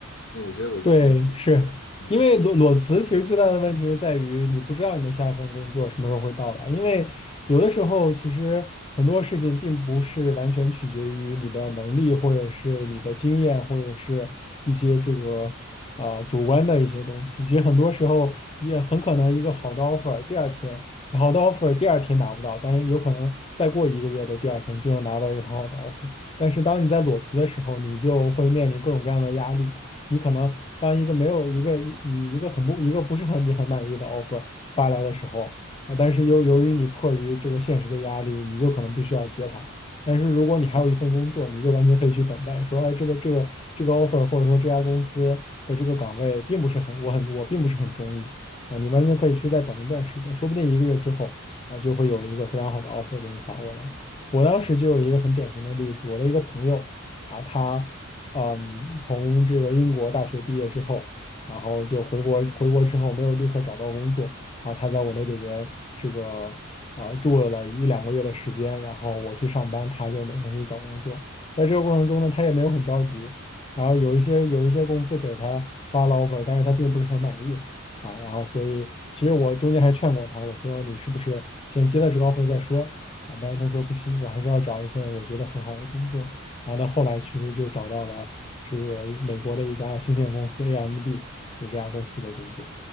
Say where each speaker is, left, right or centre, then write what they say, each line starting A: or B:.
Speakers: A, on the left; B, on the left.
A: 那我觉得我你
B: 对，是因为裸裸辞，
A: 嗯
B: 其实最大的问题是在于你不知道你的下一份工作什么时候会到来。因为有的时候，其实很多事情并不是完全取决于你的能力，或者是你的经验，或者是一些这个呃主观的一些东西。其实很多时候也很可能一个好的 offer，第二天好的 offer 第二天拿不到，但是有可能再过一个月的第二天就能拿到一个很好的 offer。但是当你在裸辞的时候，你就会面临各种各样的压力。你可能当一个没有一个你一个很不一个不是很你很满意的 offer 发来的时候啊，但是又由于你迫于这个现实的压力，你就可能必须要接它。但是如果你还有一份工作，你就完全可以去等待，说，哎，这个这个这个 offer 或者说这家公司的这个岗位并不是很我很我并不是很中意啊，你完全可以去再等一段时间，说不定一个月之后啊就会有一个非常好的 offer 给你发过来。我当时就有一个很典型的例子，我的一个朋友。啊，他。嗯，从这个英国大学毕业之后，然后就回国，回国之后没有立刻找到工作，然后他在我那里边这个呃住了一两个月的时间，然后我去上班，他就每天去找工作。在这个过程中呢，他也没有很着急，然后有一些有一些公司给他发了 offer，但是他并不是很满意啊，然后所以其实我中间还劝过他，我说你是不是先接了这个 offer 再说啊？但是他说不行，我还是要找一份我觉得很好的工作。然后他后来其实就找到了这个美国的一家芯片公司 AMD，就这家公司的工作。